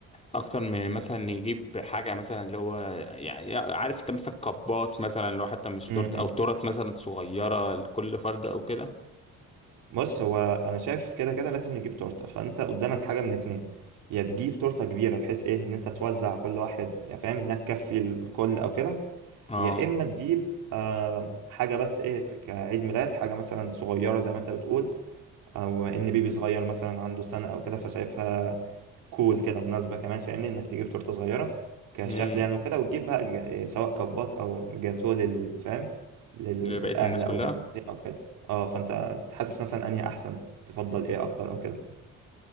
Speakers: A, on the left; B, on the right.
A: اكتر من مثلا نجيب حاجه مثلا اللي هو يعني عارف انت مثلا كبات مثلا لو حتى مش
B: امم
A: تورته
B: إمم.
A: او تورت مثلا صغيره لكل فرد او كده
B: بص هو انا شايف كده كده لازم نجيب تورته فانت قدامك حاجه من اتنين يا تجيب تورته كبيره بحيث ايه ان انت توزع كل واحد يعني فاهم انها تكفي الكل او كده
A: اه
B: يا اما تجيب آه حاجه بس ايه في- كعيد ميلاد حاجه مثلا صغيره زي ما انت بتقول او ان بيبي صغير مثلا عنده سنه او كده فشايفها كول كده مناسبة كمان فاهمني انك تجيب تورتة صغيرة كشكل
A: امم
B: يعني وكده وتجيب بقى ج- سواء كبات او جاتوه لل فاهم للأهل
A: لبقيه الناس
B: او
A: كلها
B: للمعزيم او كده اه فانت تحسس مثلا انهي احسن تفضل ايه اكتر او كده